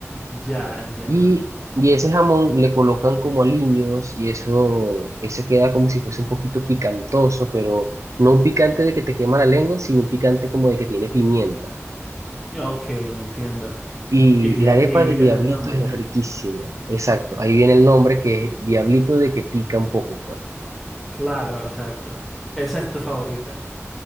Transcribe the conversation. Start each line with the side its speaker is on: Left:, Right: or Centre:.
Centre: Ya entiendo.
Right: Y, y ese jamón le colocan como aliños y eso, eso queda como si fuese un poquito picantoso, pero no un picante de que te quema la lengua, sino un picante como de que tiene pimienta.
Centre: Ok, entiendo.
Right: Y
Centre: Y de
Right: la
Centre: ahí
Right: arepa de
Centre: viene
Right: diablito
Centre: el nombre.
Right: es riquísima, exacto. Ahí viene el nombre que es diablito de que pica un poco, pues.
Centre: Claro, exacto. Esa es tu favorita.